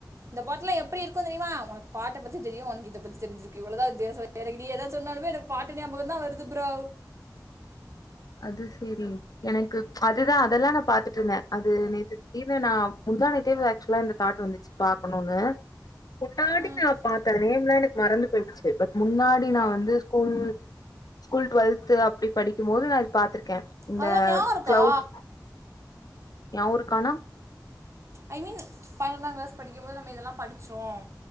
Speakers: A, on the right (about 40°); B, on the left (about 60°).
A: இந்த பாட்டுலாம் எப்டி இருக்கும்ன்னு தெரியுமா உனக்கு பாட்ட பத்தி தெரியும் உனக்கு இதை பத்தி தெரிஞ்சிருக்கு இவ்ளோதா வித்தியாசம் எனக்கு நீ ஏதா சொன்னாலுமே எனக்கு பாட்டு ஞாபக தான் வருது ப்ரோ
B: அது சேரி எனக்கு அதுதான் அதெல்லாம் நான் பாத்துட்டு இருந்தேன் அது நேற்று திடீர்னு நா முந்தா நேத்தே ஆக்சுவலா இந்த தாட்டு் வந்துச்சு பாக்கணும்னு முன்னாடி
A: ம்
B: பாத்த நேம்லாம் எனக்கு மறந்து போயிடுச்சு பட் முன்னாடி
A: ம்
B: நான் வந்து ஸ்கூல் ஸ்கூல் டுவெல்த் அப்டி படிக்கும் போது நா பாத்திருக்கேன் இந்த
A: அதுதான் ஞாபகம் இருக்கா
B: கிளவுட் ய ஊருக்கானோ
A: ஐ மீன் பன்னெண்டாம் கிளாஸ் படிக்கும்போது நம்ம இதெல்லாம் படிச்சோம்